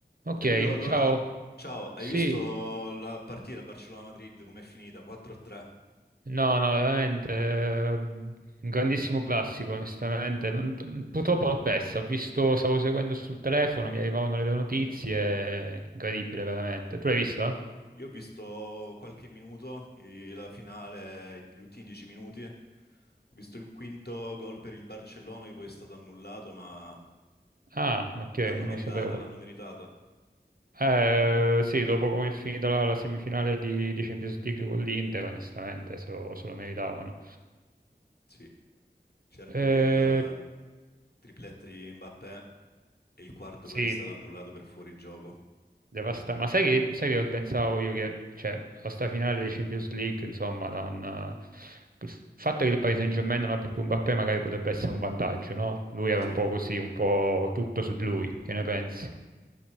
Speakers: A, on the right; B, on the left.
A: Ok,
B: Danilo, allora,
A: ciao.
B: ciao, hai
A: Sì,
B: visto la partita Barcellona-Madrid com'è finita? 4-3.
A: no, no, veramente, eh, un grandissimo classico, onestamente. Non- purtroppo l'ho persa, ho visto, stavo seguendo sul telefono, mi arrivavano le notizie, incredibile, veramente. Tu l'hai vista?
B: Io ho visto qualche minuto, eh, la finale, gli ultimi 10 minuti. Ho visto il quinto gol per il Barcellona che poi è stato annullato, ma
A: Ah, ok,
B: l'hanno
A: non
B: meritata,
A: lo sapevo.
B: l'hanno meritata.
A: Eh, sì, dopo come è finita la, la semifinale di, di Champions League con l'Inter, onestamente, se lo, se lo meritavano.
B: Sì, certo
A: Eh,
B: che il tripletto di Mbappé e il quarto
A: sì,
B: poi che è stato annullato per fuorigioco.
A: Devasta- Ma sai che, sai che pensavo io che, cioè, la sta finale di Champions League, insomma, non, eh, il fatto che il Paris Saint-Germain non abbia più Mbappé magari potrebbe essere un vantaggio, no? Lui era
B: Sì,
A: un po' così, un po' tutto su di lui, che ne pensi?